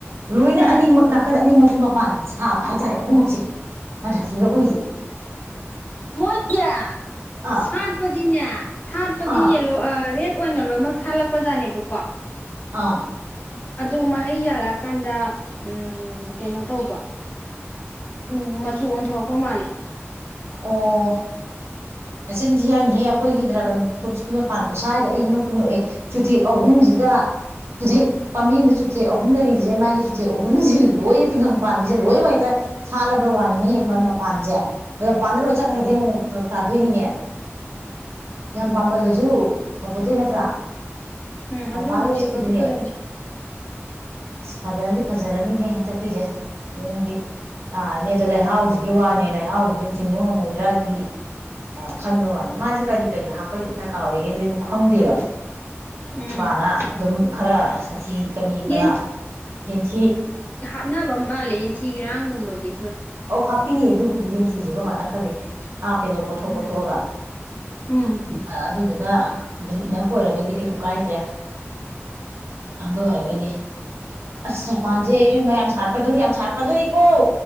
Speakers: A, on the right; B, on the left.
A: ꯂꯣꯏꯅ
B: ꯎꯝ
A: ꯑꯅꯤꯃꯛ ꯅꯥꯀꯟ ꯑꯅꯤꯃꯛ ꯃꯄꯥꯟ ꯁꯥꯕ ꯍꯥꯏꯇꯥꯔꯦ ꯑꯍꯨꯝꯃꯛꯆꯦ ꯌꯥꯝ ꯁꯥꯊꯤꯕ ꯑꯩꯈꯣꯏꯒꯤꯖꯦ
B: ꯃꯣꯏꯒꯤ
A: ꯑꯥ
B: ꯁꯥꯠꯄꯗꯤꯅꯦ ꯁꯥꯠꯄꯗꯤ
A: ꯑꯥ
B: ꯌꯦꯜꯂꯣ ꯑ ꯔꯦꯗ ꯑꯣꯏꯅ ꯂꯣꯏꯃꯛ ꯁꯥꯠꯂꯄꯖꯥꯠꯅꯦ ꯂꯨꯀꯣ
A: ꯑꯥ
B: ꯑꯗꯣ ꯃꯍꯩ ꯌꯥꯜꯂꯛꯑꯀꯥꯟꯗ ꯎꯝ ꯀꯩꯅꯣ ꯇꯧꯕ ꯎꯝ ꯃꯆꯨ ꯑꯣꯟꯊꯣꯔꯛ ꯄ ꯃꯥꯜꯂꯦ
A: ꯑꯣ ꯅꯆꯤꯟꯊꯤ ꯍꯥꯏꯅꯤꯍꯦ ꯑꯩꯈꯣꯏꯒꯤ ꯗ꯭ꯔꯒꯟ ꯐꯨꯠꯀꯤ ꯃꯄꯥꯟ ꯈꯨꯠꯁꯥꯖꯦ ꯑꯩ ꯉꯛꯄꯨ ꯉꯛꯑꯦ ꯆꯨꯊꯦꯛ ꯑꯍꯨꯝꯖꯤꯗ ꯆꯨꯊꯦꯛ ꯄꯥꯝꯕꯤ ꯑꯃꯗ ꯆꯨꯊꯦꯛ ꯑꯍꯨꯝ ꯂꯩꯔꯤꯖꯦ ꯃꯥꯒꯤ ꯆꯨꯊꯦꯛ ꯑꯍꯨꯝꯖꯦ ꯂꯣꯏꯅ ꯇꯤꯡꯒꯪ ꯄꯥꯟꯕꯁꯦ ꯂꯣꯏꯃꯛ ꯍꯦꯛꯇ ꯁꯥꯠꯂꯕ ꯋꯥꯅꯤꯅꯦ ꯃ ꯄꯥꯟꯖꯦ ꯑꯗꯣ ꯄꯥꯟꯗ ꯂꯣꯏ ꯆꯠꯀ꯭ꯔꯗꯤ
B: ꯑꯣ
A: ꯐꯔꯛ ꯇꯥ ꯗꯣꯏꯅꯤꯅꯦ ꯌꯥꯝ ꯄꯥꯝꯃꯜꯂꯖꯨ ꯐꯄꯣꯇꯦ ꯅꯠꯇ꯭ꯔꯥ
B: ꯎꯝ ꯑꯗꯨꯕꯨꯗꯤ
A: ꯃꯄꯥꯟꯗ ꯆꯠꯈꯤꯗꯣꯏꯅꯦ
B: ꯀꯛꯊꯠꯀꯗꯕꯅꯦ
A: ꯑꯁ ꯐꯖꯅꯗꯤ ꯐꯖꯔꯅꯤꯍꯦ ꯍꯟꯇꯛꯀꯤꯖꯦ ꯃꯑꯣꯡꯗꯤ ꯇꯥꯔꯅꯤ ꯂꯩꯍꯥꯎꯁꯦ ꯋꯥꯅꯦ ꯂꯩꯍꯥꯎꯖꯤ ꯆꯤꯡꯕ ꯉꯝꯃꯣꯏꯗ꯭ꯔꯥ ꯑꯁꯤꯒꯤ ꯑ ꯈꯟꯕ ꯋꯥꯅꯤ ꯃꯥꯁꯦ ꯀꯔꯤ ꯀꯔꯤ ꯍꯥꯞꯄ ꯗꯔꯀꯥꯔ ꯑꯣꯏꯒꯦ ꯗꯨꯁꯨ ꯈꯪꯗꯦꯕ
B: ꯎꯝ
A: ꯅꯨꯄꯥꯅ ꯑꯗꯨꯝ ꯈꯔ ꯁꯟꯊꯤ ꯀꯔꯤ
B: ꯌꯦꯟ
A: ꯀꯔꯥ ꯌꯦꯟꯊꯤ
B: ꯑꯅꯕ ꯃꯥꯜꯂꯦ ꯌꯦꯟꯊꯤ ꯌꯦꯟꯔꯥꯡꯒꯨꯝꯕꯗꯤ
A: ꯑꯧ ꯍꯥꯞꯄꯤꯌꯦ ꯑꯗꯨꯕꯨꯗꯤ ꯌꯦꯟꯊꯤꯖꯦ ꯑꯩꯈꯣꯏ ꯃꯥꯅ ꯈꯔꯗꯤ ꯍꯥꯞꯄꯦꯕ ꯀꯣꯊꯣꯛ
B: ꯎꯝ
A: ꯀꯣꯊꯣꯛ ꯑꯒ
B: ꯎꯝ
A: ꯑꯗꯨꯗꯨꯅ ꯑꯗꯨꯝ ꯏꯅꯞ ꯑꯣꯏꯔꯒꯗꯤ ꯀꯩꯁꯨ ꯀꯥꯏꯗꯦ ꯗꯔꯦ ꯑꯗꯨ ꯑꯣꯏꯔꯒꯗꯤ ꯑꯁ ꯃꯄꯥꯟꯁꯦ ꯏꯕꯦꯝꯃꯥ ꯌꯥꯝ ꯁꯥꯔꯛ ꯀꯗꯧꯔꯤ ꯌꯥꯝ ꯁꯥꯔꯛꯀꯗꯧꯔꯤ ꯀꯣ